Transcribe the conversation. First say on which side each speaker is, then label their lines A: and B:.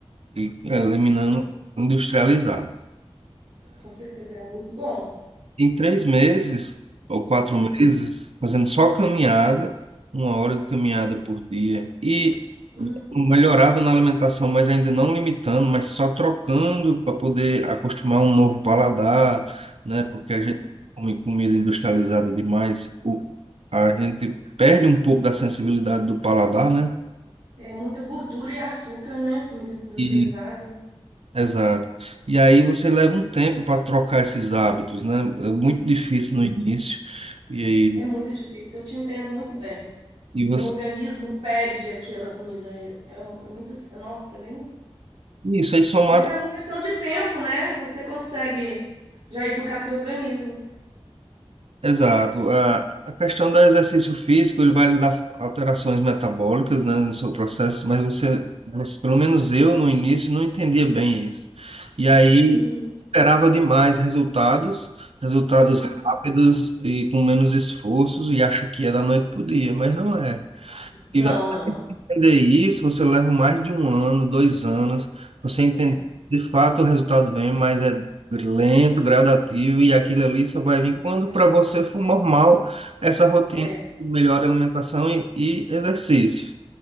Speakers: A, on the right (about 70°); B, on the right (about 55°).
A: e eliminando
B: Sim.
A: industrializado.
B: Com certeza é muito bom.
A: em três meses ou quatro
B: Uhum.
A: meses, fazendo só caminhada, uma hora de caminhada por dia, e
B: Uhum.
A: melhorada na alimentação, mas ainda não limitando, mas só trocando para poder acostumar um novo paladar, né? Porque a
B: Uhum.
A: gente come comida industrializada demais, o- a gente perde um pouco da sensibilidade do paladar, né?
B: É muita gordura e açúcar, né? Comida industrializada.
A: E, exato. E aí você leva um tempo para trocar esses hábitos, né? É muito difícil
B: Sim.
A: no início. E aí,
B: É muito difícil. Eu te entendo muito bem.
A: E você,
B: O organismo pede aquela comida. É, é um- é muito. é- Nossa, é bem.
A: isso aí somado,
B: Mas é uma questão de tempo, né? Você consegue já educar seu organismo.
A: exato. A, a questão do exercício físico, ele vai lhe dar alterações metabólicas, né, no seu processo, mas você, você- pelo menos eu no início não entendia bem isso. E aí
B: Uhum,
A: esperava demais resultados, resultados
B: uhum.
A: rápidos e com menos esforços e acha que é da noite pro dia, mas não é.
B: Não,
A: E até
B: não, não.
A: você entender isso, você leva mais de um ano, dois anos, você entender,
B: É,
A: que, de fato o resultado vem, mas é lento, gradativo, e aquilo ali só vai vir quando para você for normal essa rotina
B: é.
A: de melhor alimentação e, e exercício.